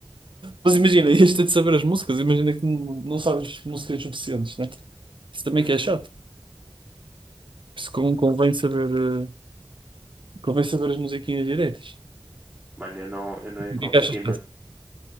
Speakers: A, on the right; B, on the right.
A: Mas imagina, ias ter de saber as músicas, imagina que não não sabes músicas suficientes, né? Isso também
B: Uhum.
A: que é chato. Por Isso con- convém saber, eh, convém saber as musiquinhas direitas.
B: Mano, eu não, eu não ia
A: E
B: conseguir,
A: o que é que achas
B: mano.
A: disso?